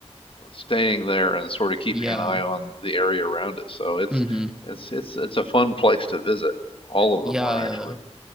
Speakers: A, on the left; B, in the centre.
A: staying there and sort of keeping
B: Yeah.
A: an eye on the area around it. So it's
B: hmm
A: it's it's it's a fun place to visit. All of
B: Yeah.
A: them were actually.